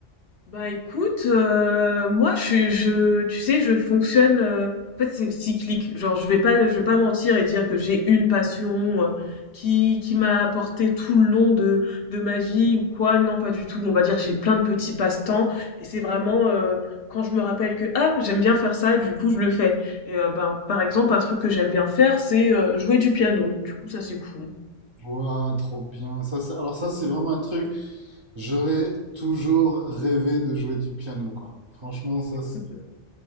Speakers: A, on the left; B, on the right.
A: Bah écoute, euh, moi je, je, tu sais, je fonctionne. euh, en fait, c'est cyclique. Genre, je vais pas, je vais pas mentir et dire que j'ai une passion euh, qui qui m'a apporté tout le long de de ma vie ou quoi. Non, pas du tout. On va dire j'ai plein de petits passe-temps et c'est vraiment euh, quand je me rappelle que ah j'aime bien faire ça, du coup je le fais. Et euh, ben par exemple un truc que j'aime bien faire, c'est euh, jouer du piano. Du coup ça c'est cool.
B: Ouah, trop bien. Ça, c'est- alors ça, c'est vraiment un truc. J'aurais toujours rêvé de jouer du piano, quoi. Franchement, ça, c'est...
A: <laughs>